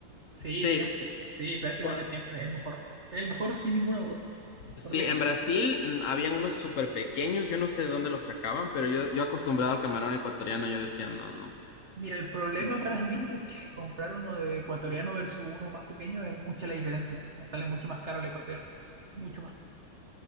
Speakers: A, on the right (about 65°); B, on the left (about 75°).
A: Sí,
B: Sí.
A: siempre. Sí, prácticamente
B: Cuan-
A: siempre. El mejor. El mejor sin ninguna duda.
B: Sí,
A: Por lejos.
B: en Brasil mm, habían unos súper pequeños, yo no sé de dónde los sacaban, pero yo, yo acostumbrado al camarón ecuatoriano, yo decía, no, no.
A: Mira, el problema
B: no".
A: para mí <laughs> es que comprar uno de ecuatoriano versus uno más pequeño es mucha la diferencia. Me sale mucho más caro el ecuatoriano. Mucho más.